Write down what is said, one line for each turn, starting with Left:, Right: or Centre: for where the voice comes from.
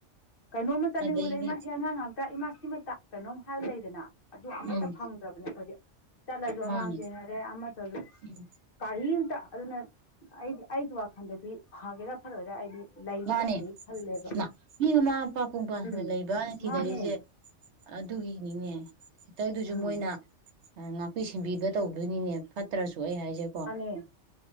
Left: ꯀꯩꯅꯣꯝꯃ ꯆꯠꯅꯤꯡꯕꯗ
Right: ꯑꯗꯩꯗꯤ
Left: ꯏꯃꯥꯁꯤ ꯑꯉꯥꯡ ꯉꯥꯛ ꯇ ꯏꯃꯥ ꯁꯤꯃꯇ ꯀꯩꯅꯣꯝ ꯍꯥꯏꯕ ꯂꯩꯗꯅ ꯑꯗꯨ ꯑꯃꯠꯇ
Right: ꯎꯝ
Left: ꯐꯪꯗ꯭ꯔꯕꯅꯦ ꯑꯩꯈꫭꯏꯗꯤ ꯆꯠꯂꯁꯨ ꯑꯉꯥꯡ
Right: ꯃꯥꯅꯦ
Left: ꯁꯦꯟꯅꯔꯦ ꯑꯃꯠꯇꯖꯨ
Right: ꯎꯝ
Left: ꯀꯔꯤꯝꯇ ꯑꯗꯨꯅ ꯑꯩꯗꯤ ꯑꯩꯒꯤ ꯋꯥꯈꯜꯗꯗꯤ ꯐꯒꯦꯔꯥ ꯐꯔꯣꯏꯔꯥ ꯑꯩꯗꯤ ꯂꯩꯕꯅ
Right: ꯃꯥꯅꯦ
Left: ꯐꯩ ꯈꯜꯂꯦꯕ
Right: ꯏꯃꯥ ꯃꯤ ꯃꯃꯥ ꯃꯄꯥ ꯄꯨꯡꯄꯥ
Left: ꯎꯝ
Right: ꯂꯩꯕ꯭ꯔꯅ ꯊꯤꯅꯩꯖꯦ
Left: ꯃꯥꯅꯦ
Right: ꯑꯗꯨꯒꯤꯅꯤꯅꯦ ꯈꯤꯇꯗꯖꯨ
Left: ꯎꯝ
Right: ꯃꯣꯏꯅ ꯉꯥꯛꯄꯤꯁ ꯁꯦꯟꯕꯤꯕ ꯇꯧꯗꯣꯏꯅꯤꯅꯦ ꯐꯠꯇ꯭ꯔꯁꯨ ꯑꯩ ꯍꯥꯏꯖꯦ
Left: ꯃꯥꯅꯤ